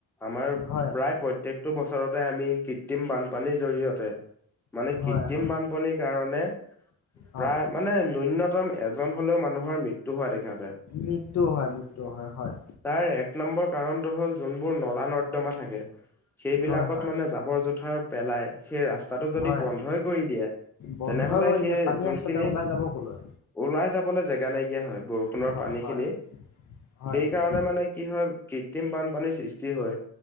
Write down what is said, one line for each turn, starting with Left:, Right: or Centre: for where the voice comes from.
Centre: আমাৰ
Left: হয়
Centre: প্ৰায় প্ৰত্যেকটো বছৰতে আমি কৃত্ৰিম বানপানীৰ জৰিয়তে মানে
Left: হয়
Centre: কৃত্ৰিম
Left: হয়
Centre: বানপনীৰ কাৰণে
Left: হয়
Centre: প্ৰায় মানে নুন্যতম এজন হ'লেও মানুহৰ মৃত্যু হোৱা দেখা যায়।
Left: মৃত্যু হয়, মৃত্যু হয় হয়
Centre: তাৰ এক নম্বৰ কাৰণটো হ'ল যোনবোৰ নলা নৰ্দমা থাকে। সেইবিলাকত
Left: হয় হয়
Centre: মানে জাবৰ জোথাৰ পেলাই সেই ৰাস্তাটো যদি
Left: হয়
Centre: বন্ধই কৰি দিয়ে
Left: বন্ধই
Centre: তেনেহ'লে
Left: কৰি
Centre: সেই
Left: দিয়ে পানী
Centre: যোনখিনি
Left: আচলতে ওলাই যাব কলৈ
Centre: ওলাই যাবলৈ জেগা নাইকিয়া হয়, বৰষুণৰ
Left: হয়
Centre: পানী
Left: হয়
Centre: খিনি।
Left: হয়
Centre: সেই কাৰণে
Left: হয়
Centre: মানে কি হয় কৃত্ৰিম বানপানীৰ সৃষ্টি হয়